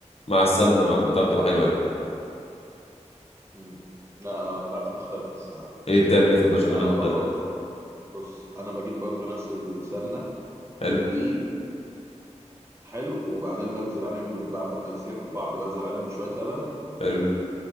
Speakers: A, on the left; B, on the right.
A: مع السمنة مع البتاع بتبقى حلوة يعني
B: مم. لا أنا بتاعتي مختلفة الصراحة
A: ايه بتعمل ايه في البشاميل
B: يعني
A: مختلف
B: أنا بحط بص أنا بجيب برضو نفس السمنة
A: حلو
B: والدقيق حلو وبعدين بنزل عليهم ب- بعد ما يسيحوا في بعض بنزل عليهم بشوية لبن
A: حلو